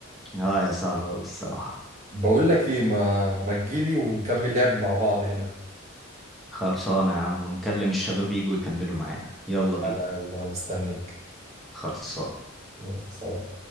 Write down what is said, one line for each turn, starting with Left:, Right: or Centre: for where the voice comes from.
Centre: اه يا صعب أوي الصراحة
Right: بقول لك ايه ما ما تجيلي ونكمل لعب مع بعض هنا
Centre: خلصانة يا عم ونكلم الشباب يجوا يكملوا معانا يلا بينا
Right: لا يلا انا مستنيك
Centre: خلصانة
Right: يلا، سلام